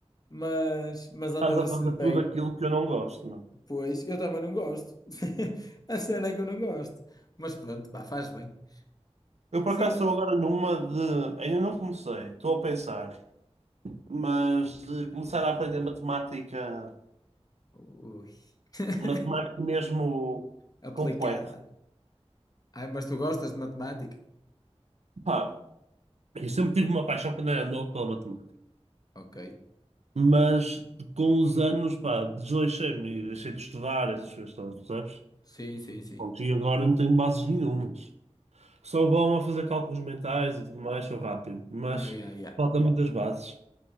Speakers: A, on the left (about 35°); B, on the right (about 75°).
A: mas, mas ando
B: Estás
A: a ver
B: a
A: se
B: fazer
A: lhe pego.
B: tudo aquilo que eu não gosto, meu.
A: Pois, eu também não gosto. <laughs> A cena é que eu não gosto. Mas pronto, pá, faz bem.
B: Eu por
A: Sim.
B: acaso estou agora numa de. Ainda não comecei, estou a pensar. mas de começar a aprender matemática,
A: Ui. <laughs>
B: matemática mesmo
A: Aplicada.
B: complexa.
A: Ai, mas tu gostas de matemática?
B: Pá, eu sempre tive uma paixão quando era novo pela matemática,
A: Ok.
B: mas com os anos, pá, desleixei-me e deixei de estudar essas coisas todas, sabes?
A: Sim, sim, sim.
B: Pronto, e agora não tenho bases nenhumas. Sou bom a fazer cálculos mentais e tudo mais, sou rápido, mas
A: Ai, ai, ai.
B: falta muitas bases.